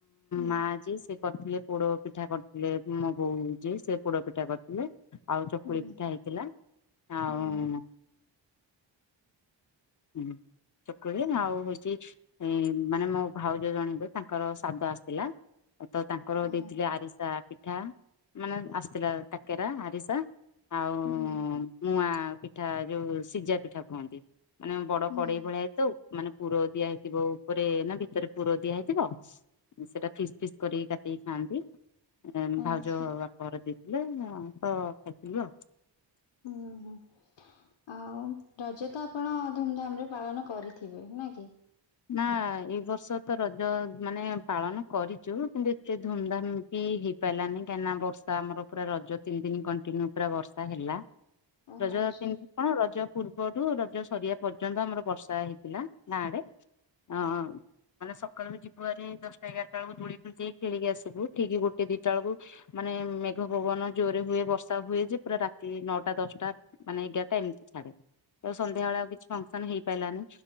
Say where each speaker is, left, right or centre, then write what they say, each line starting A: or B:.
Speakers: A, on the left; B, on the left.
A: ହୁଁ
B: ମା ଯି ସେ କରିଥିଲେ ପୋଡ଼ ପିଠା କରିଥିଲେ ମୋ ବୋଉ ଯିଏ ସେ ପୋଡ଼ ପିଠା କରିଥିଲେ। ଆଉ ଚକୁଳି
A: ହୁଁ
B: ପିଠା ହେଇଥିଲା ଆଉ
A: ହୁଁ
B: ହୁଁ ଚକୁଳି ଆଉ ହଉଚି ଏ ମାନେ ମୋ ଭାଉଜ ଜଣେ ହେବେ ତାଙ୍କର ସାଦ ଆସିଥିଲା। ତ ତାଙ୍କର
A: ଓହୋ
B: ଦେଇଥିଲେ ଆରିସା ପିଠା, ମାନେ ଆସିଥିଲା କାକେରା ଆରିସା ଆଉ
A: ହୁଁ
B: ମୁଆଁ ପିଠା ଯୋଉ ସିଝା ପିଠା କୁହନ୍ତି। ମାନେ ବଡ
A: ହୁଁ
B: କଡେଇ ଭଳିଆ ହେଇଥାଉ, ମାନେ ପୁର ଦିଆ ହେଇଥିବ ଉପରେ ନା ଭିତେରେ ପୁର ଦିଆ ହେଇଥିବ। ସେଟା ଫିସ୍-ଫିସ୍ କରିକି କାଟିକି ଖାଆନ୍ତି।
A: ଆଚ୍ଛା
B: ଭାଉଜ ବାପଘର ଦେଇଥିଲେ ତ ଖାଇଥିଲୁ ଆଉ।
A: <unintelligible> ଆଉ ରଜ ତ ଆପଣ ଧୁମଧାମ୍ ରେ ପାଳନ କରିଥିବେ ନା କି?
B: ନା ଏଇ ବର୍ଷ ତ ରଜ ମାନେ ପାଳନ କରିଚୁ କିନ୍ତୁ ଏତେ ଧୁମଧାମ୍ କି ହେଇ ପାରିଲାନି କାହିଁକିନା ବର୍ଷା ଆମର ପୁରା ରଜ ତିନି ଦିନ କଣ୍ଟିନ୍ୟୁ ପୁରା ବର୍ଷା ହେଲା।
A: ଓହୋ
B: ରଜ
A: ଆଚ୍ଛା
B: ତିନ୍ କଣ ରଜ ପୂର୍ବରୁୁ ରଜ ସରିବା ପର୍ଯ୍ୟନ୍ତ ଆମର ବର୍ଷା ହେଇଥିଲା ଗାଁ ଆଡେ। ହଁ ମାନେ ସ ସକାଳୁ ଯିବ ହାରି ଦଶଟା ଏଗାରଟା ବେଳୁକୁ <unintelligible> ଆସିବୁ ଠିକ ଗୋଟେ ଦିଟା ବେଳୁକୁ ମାନେ ମେଘ ପବନ ଜୋରେ ହୁଏ ବର୍ଷା ହୁଏ ଯେ ପୁରା ରାତି ନଅଟା ଦଶଟା। ମାନେ ଏଗାରଟା ଏମିତି ଛାଡେ, ତ ସନ୍ଧ୍ୟାବେଳେ ଆଉ କିଛି ଫଙ୍କସନ ହେଇପାରିଲାନି